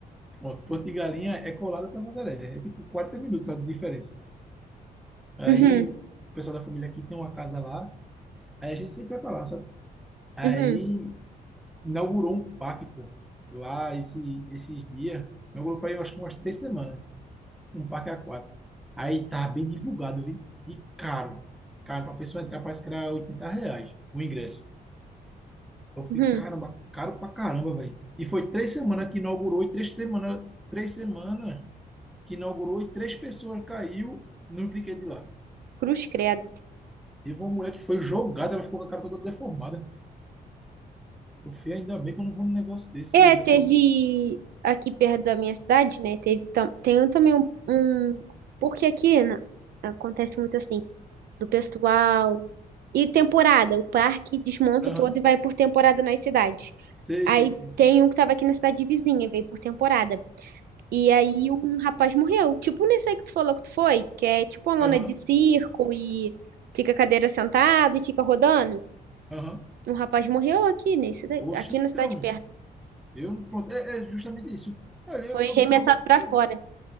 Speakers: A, in the centre; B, on the right.
A: Pronto, Porto de Galinha é colada a Tamandaré. É tipo 40 minutos só de diferença. Aí
B: Uhum,
A: o pessoal da família aqui tem uma casa lá, aí a gente sempre vai pra lá, sabe? Aí
B: uhum,
A: inaugurou um parque, pô, lá esse, esses dias. Inaugurou faz, eu acho que umas três semanas, um parque aquático. Aí tá bem divulgado, viu? E caro. Caro, pra pessoa entrar parece que era 80 reais o ingresso. Eu fiquei,
B: uhum.
A: caramba, caro pra caramba, velho. E foi três semanas que inaugurou e três semanas, três semanas que inaugurou e três pessoas caiu no brinquedo de lá.
B: Cruz credo.
A: Teve uma mulher que foi jogada, ela ficou com a cara toda deformada. Eu fui, ainda bem que eu não vou num negócio desse,
B: É,
A: eu já
B: teve
A: tenho.
B: aqui perto da minha cidade, né? Teve tam... tem também um, um- Porque aqui na- acontece muito assim, do pessoal. E temporada, o parque desmonta
A: Aham,
B: todo e vai por temporada nas cidades.
A: sei,
B: Aí
A: sei, sei.
B: tem um que tava aqui na cidade vizinha, veio por temporada. E aí um rapaz morreu. Tipo nesse aí que tu falou que tu foi, que é tipo uma lona
A: Aham,
B: de circo e fica a cadeira sentada e fica rodando.
A: aham.
B: Um rapaz morreu aqui nesse daí-
A: Oxe,
B: aqui
A: então.
B: na cidade perto.
A: Eu, pronto, é, é justamente isso. Olha,
B: Foi
A: eu, eu,
B: arremessado
A: eu gosto.
B: pra fora.